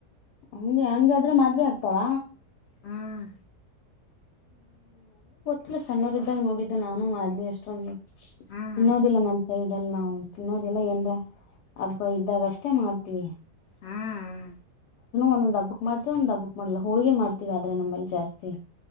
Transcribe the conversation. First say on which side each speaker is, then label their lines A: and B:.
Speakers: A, on the left (about 80°); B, on the left (about 65°).
A: ಹಂಗೆ ಹಂಗಾದ್ರೆ ಮಾದ್ಲಿ ಆಗ್ತಾವ
B: ಹ್ಮ್
A: ಇಲ್ಲ ಸಣ್ಣೋರ ಇದ್ದಾಗ ನೋಡಿದ್ದು ನಾನು ಮಾಡ್ಲಿ ಅಷ್ಟೊಂದು
B: ಹ್ಮ್
A: ತಿನ್ನೋದಿಲ್ಲ ನಮ್ಮ್ ಸೈಡ್ ಅಲ್ಲಿ ನಾವು ತಿನ್ನೋದಿಲ್ಲ ಏನ್ರ ಹಬ್ಬ ಇದ್ದಾಗ ಅಷ್ಟೇ ಮಾಡ್ತೀವಿ
B: ಹ್ಮ್
A: ಒಂದೊಂದ ಹಬ್ಕ್ ಮಾಡ್ತೀವಿ ಒಂದ ಹಬ್ಕ್ ಮಾಡಲ್ಲ ಹೋಳ್ಗೆ ಮಾಡ್ತೀವಿ ಆದ್ರೆ ನಮ್ಮಲ್ಲಿ ಜಾಸ್ತಿ